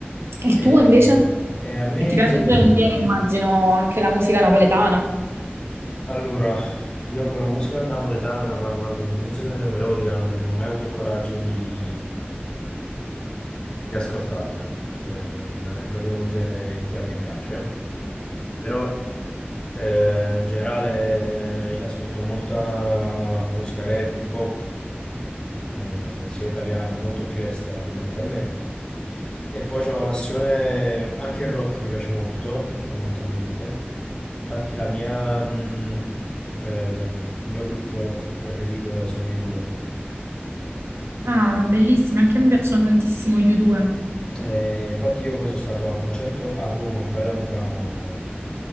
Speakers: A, on the right (about 85°); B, on the left (about 25°).
A: Il tuo
B: E,
A: invece?
B: e a me,
A: Ti piace dire, immagino, anche la musica napoletana.
B: allora, io con la musica napoletana, parlando di musica neomelodica, non ho mai avuto il coraggio di, di ascoltarla. Cioè, non è proprio un genere che a me piace, però eh, in generale ascolto molta musica rap, hip hop, eh, sia italiana, molto più estera fondamentalmente. E poi c'ho la passione, anche il rock mi piace molto fondamentalmente. Infatti la mia, mh, eh, il mio gruppo preferito è- sono gli U2.
A: Ah, bellissimi, anche a me piacciono tantissimo gli U2,
B: Eh, infatti io poi sono stato a un concerto a Roma un paio d'anni fa,